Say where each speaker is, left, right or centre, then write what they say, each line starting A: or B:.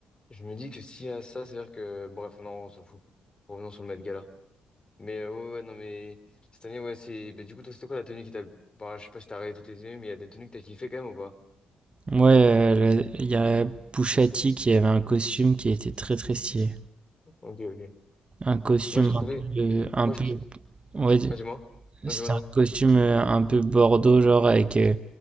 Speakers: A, on the left; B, on the right.
A: je me dis que s'il y a ça, c'est-à-dire que, bref, non, on s'en fout. Revenons sur le Met Gala. Mais euh, ouais, ouais, non, mais cette année, ouais, c'est. Mais du coup, toi, c'était quoi la tenue qui t'a. Bah, je sais pas si t'as regardé toutes les tenues, mais il y a des tenues que t'as kiffé quand même ou pas?
B: Moi, euh, il y a Pouchati qui avait un costume qui était très très stylé.
A: Ok, ok.
B: Un costume
A: Moi, je trouvais.
B: un peu, euh, un
A: Moi,
B: peu
A: je.
B: ouais,
A: Bah, dis-moi.
B: c'était
A: Non, dis-moi, dis-moi.
B: un costume euh, un peu bordeaux, genre avec, euh,